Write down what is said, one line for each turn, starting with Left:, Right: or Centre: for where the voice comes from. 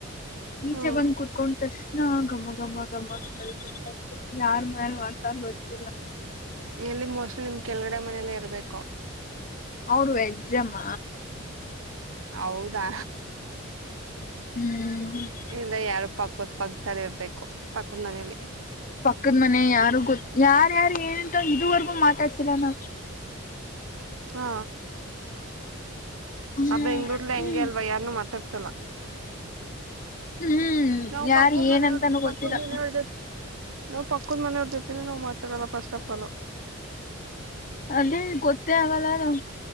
Left: ನೀಚೆ
Right: ಹ್ಞೂ
Left: ಬಂದು್ ಕುೂತ್ಕೊಂಡಷ್ಟ ಹಾ ಗಮ್ಮ ಗಮ್ಮ ಗಮ್ಮಲ್ ಗೊಡ್ತತಿ ಯಾರ್ ಮೇಲ್ ಮಾಡ್ತಾಾರ ಗರ್ತ್ತಲ್ಲ
Right: ಎಲ್ಲಿ ಮೋಷನಲ್ ನಿಮ್ ಕೆಳಗಡೆ ಮನೇಲ್ಲ ಇರ್ಬೇಕು
Left: ಅವರು ವೆಜಮ್ಮ
Right: ಹೌದಾ
Left: ಹ್ಮ್ ಇಲ್ಲಿ
Right: ಇಲ್ಲ ಯಾರ ಪಕ್ಕದ ಪಕ್ಕದಲ್ಲಿ ಇರಬೇಕು ಪಕ್ಕದ ಮನೇಲಿ
Left: ಅದ ಮನೆ ಯಾರು ಗೊತ್ ಯಾರ ಯಾರು ಏನಂತ ಇದುವರೆಗೂ ಮಾತಾಡ್ಸೀರ ನ
Right: ಹಾ
Left: ಹ್ಮ್
Right: ಆ ಬೆಂಗಳೂರ್ಲ
Left: ಹ್ಮ್
Right: ಎಂಗೆ ಅಲ್ವಾ ಯಾರನ್ನು ಮಾತಾಡಸಲ್ಲ
Left: ಹ್ಮ್
Right: ನಾವು
Left: ಯಾರ್
Right: ಪಕ್ಕದ್
Left: ಏನಂತಾನೂ
Right: ಮನೆಯವರದ
Left: ಗೊತ್ತಿಲ್ಲ
Right: ಪಕ್ಕದ ಮನೆಯವಳ್ ಜೊತೆ ನಾವು ಪಕ್ಕದ ಮನೆಯವ್ರ ಜೊತೆನೆ ನಾವು ಮಾತಾಡಲ್ಲ ಫಸ್ಟ್ ಆಫ್ ಪಾಲು
Left: ಅದೇ ಗೊತ್ತೇ ಆಗಲ್ಲ ನಮ್